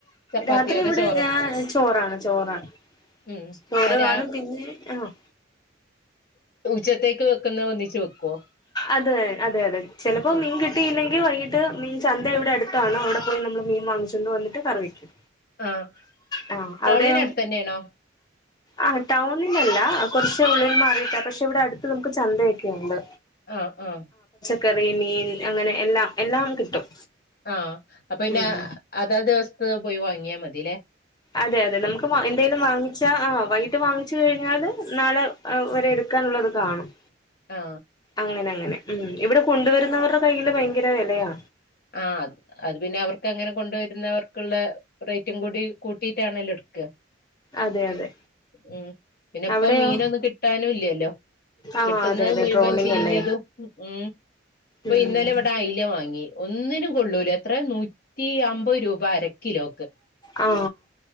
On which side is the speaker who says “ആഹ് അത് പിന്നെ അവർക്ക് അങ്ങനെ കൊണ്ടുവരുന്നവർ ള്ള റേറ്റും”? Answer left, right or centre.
Left